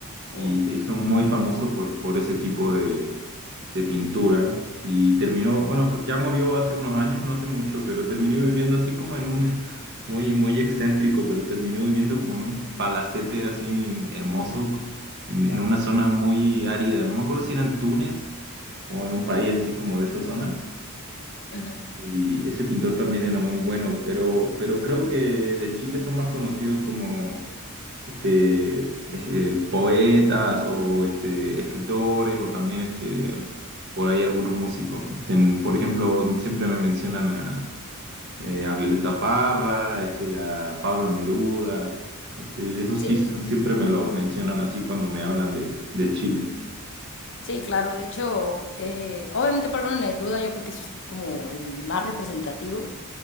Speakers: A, on the left; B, on the right.
A: Oh,
B: y se hizo muy famoso por, por ese tipo de, de pintura y terminó, bueno, ya murió hace unos años, no hace mucho, pero terminó viviendo así como en un, <laughs> muy, muy excéntrico, pero terminó viviendo como en un palacete así hermoso, en,
A: wow.
B: en una zona muy árida, no me acuerdo si era en Túnez o en un país así como de esa zona.
A: Ujú,
B: Y ese pintor también era muy bueno, pero, pero creo que de Chile son más conocidos como este, eh, poetas o este, escritores o también este, por ahí algunos músicos. Este, en- por ejemplo, siempre me mencionan a, eh, a Violeta Parra, este, a Pablo Neruda. Este, esos
A: Sí.
B: sí son- siempre me los mencionan así cuando me hablan de, de Chile.
A: Sí, claro, de hecho, eh, obviamente Pablo Neruda yo creo que es como el más representativo,